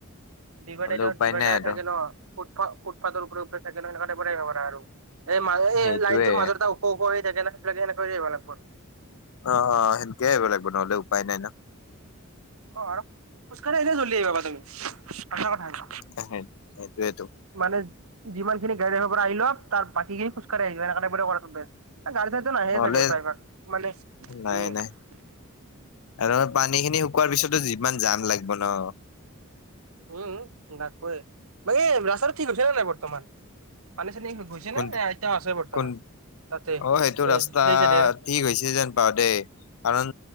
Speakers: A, on the right; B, on the left.
A: ডিভাইডেডৰ
B: হ'লে উপায়
A: ডিভাইডাৰ
B: নাই আৰু
A: থাকে ন, ফুট ফা ফুটপাথৰ ওপৰে ওপৰে <unintelligible> আৰু। এই ম এই
B: সেইটোয়ে
A: লাইনটোৰ মাজৰ এটা ওখ ওখ হৈ থাকে <unintelligible>
B: অ অ, সেনকে আহিব লাগিব নহ'লে উপায় নাই ন?
A: অ আৰু খোজ কাঢ়ি আহিলে জল্ডি আহিব পাবা তুমি, সঁচা কথা এইটো।
B: এহে সেইটোৱেতো।
A: মানে যিমানখিনি গাড়ীত আহিব পৰা আহি লক তাৰ বাকী খিনি খোজকাঢ়ি <unintelligible> এ যাৰ গাড়ীটো নাহেই
B: নহ'লে
A: চাগে প্ৰায়ভাগ মানে
B: নাই
A: ওম।
B: নাই আৰু পানীখিনি শুকোৱাৰ পিছতো যিমান জাম লাগিব ন
A: উম লাগবই, বাকী এই ৰাস্তাটো ঠিক হৈছে নাই বৰ্তমান? পানী - চানী গৈছে
B: কোন
A: নাই নে এতিয়াও আছেই বৰ্তমান
B: কোন
A: তাতে
B: অ সেইটো
A: এই
B: ৰাস্তা
A: সেই চাইডে আৰু?
B: ঠিক হৈছে যেন পাও দেই কাৰণ